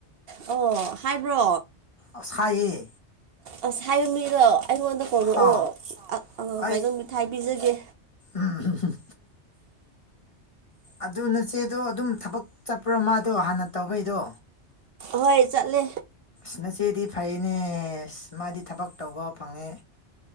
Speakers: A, on the right; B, on the left.
A: ꯑꯣ ꯍꯥꯏꯕ꯭ꯔꯣ
B: ꯑꯁ ꯍꯥꯏꯌꯦ
A: ꯑꯁ ꯍꯥꯏꯕ ꯃꯤꯗꯣ ꯑꯩꯉꯣꯟꯗ ꯀꯧꯔꯛꯑꯣ
B: ꯍꯣ ꯑꯩ
A: ꯀꯩꯅꯣ ꯃꯤ ꯊꯥꯏ ꯄꯤꯖꯒꯦ
B: ꯎꯝ ꯑꯗꯨ ꯅꯆꯦꯗꯣ ꯑꯗꯨꯝ ꯊꯕꯛ ꯆꯠꯄ꯭ꯔꯣ ꯃꯥꯗꯣ ꯍꯥꯟꯅ ꯇꯧꯕꯩꯗꯣ
A: ꯍꯣꯏ ꯆꯠꯂꯦ
B: ꯑꯅꯆꯦꯗꯤ ꯐꯩꯅꯦ ꯃꯥꯗꯤ ꯊꯕꯛ ꯇꯧꯕ ꯐꯪꯉꯦ